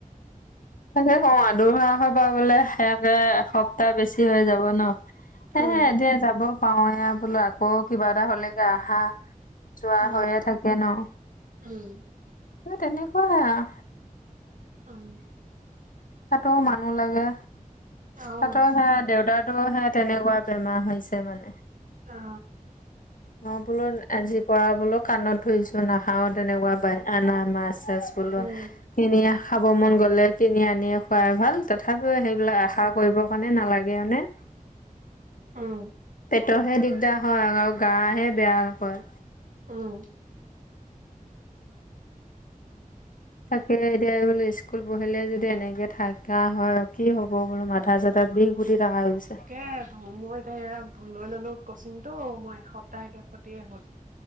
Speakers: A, on the left (about 70°); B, on the right (about 65°).
A: তাকে কওঁ আদৰোৱা সভা বোলে সে একে এসপ্তাহ বেছি হৈ যাব ন। সেয়েহে
B: উম,
A: এতিয়া যাব পাৰো এ বোলো আকৌ কিবা এটা হলেকে আহা যোৱা
B: উম,
A: হৈয়ে থাকে ন
B: উম,
A: সে তেনেকুৱায়ে আৰু
B: উম
A: তাতো মানুহ লাগে
B: অ', অ',
A: তাতো সে
B: উম,
A: দেউতাওটো সে তেনেকুৱা বেমাৰ হৈছে মানে
B: অ
A: মই বোলো আজিৰ পৰা বোলো কাণত ধৰিছো নাখাও আৰু তেনেকুৱা বাই আনা মাছ চাছ বলো
B: উম,
A: কিনিয়ে খাব মন গ'লে কিনি আনিয়ে খোৱাই ভাল তথাপিও
B: উম, উম।
A: সেইবিলাক আশা কৰিব কাৰণে নালাগে মানে
B: উম
A: পেটৰহে দিগদাৰ হয় আৰু গা হে বেয়া হয়
B: উম
A: থাকে এতিয়ায় বোলো স্ক স্কুল পঢ়িলে যদি এনেকে থাকা হয় কি হ'ব বোলো মাথা চাথা বিষ উঠি থকা হৈছে
B: কেপ অ মই এতিয়া এয়া লৈ ললো কচিংটো মই এসপ্তাহ এতিয়া ক্ষতিয়ে হ'ল